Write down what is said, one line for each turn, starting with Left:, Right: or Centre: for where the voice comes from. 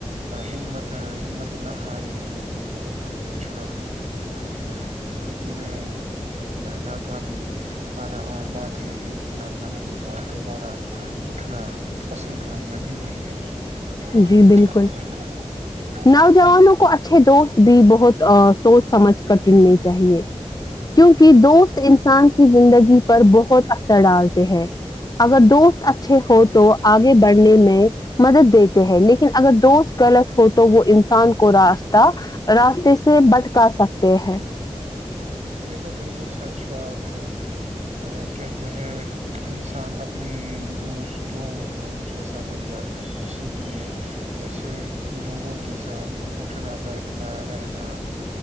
Right: ہمت ہمت نہ ہارے تو وہ بہت کچھ حاصل کر سکتا ہے زندگی میں ناکامی آنا عام بات ہے لیکن ناکامی کے بعد دوبارہ اٹھنا اصل کامیابی وہی ہے ج
Left: جی بالکل نوجوانوں کو اچھ دوست بھی بہت ا سوچ سمجھ کر چننے چاہیے کیونکہ دوست انسان کی زندگی پر بہت اثر ڈالتے ہیں اگر دوست اچھے ہو تو آگے بڑھنے میں مدد دیتے ہیں لیکن اگر دوست غلط ہو تو وہ انسان کو راست راستے سے بٹ کر سکتے ہیں
Right: یہ تو بالکل سچ بات ہے ا کہتے ہے انسان اپنی دوستوں جیسا بن جاتا ہے اسی لیے ایسے لوگوں کے ساتھ اٹھنا بیٹھنا رہنا